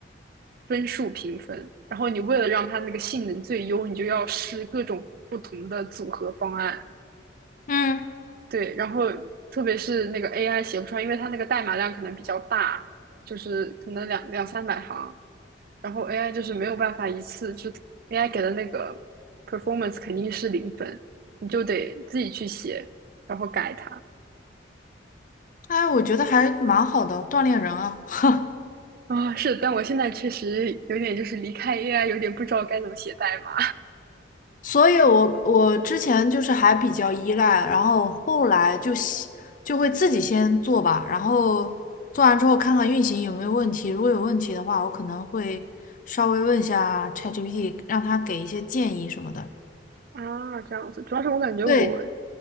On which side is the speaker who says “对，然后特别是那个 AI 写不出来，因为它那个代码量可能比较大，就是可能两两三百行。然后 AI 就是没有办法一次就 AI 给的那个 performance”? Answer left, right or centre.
Right